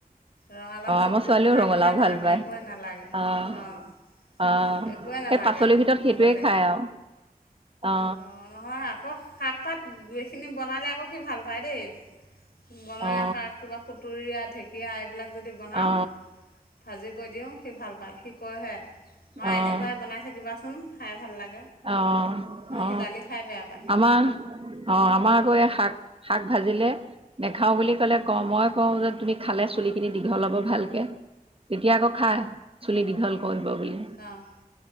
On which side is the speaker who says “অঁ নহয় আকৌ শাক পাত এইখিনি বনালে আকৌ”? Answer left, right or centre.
Left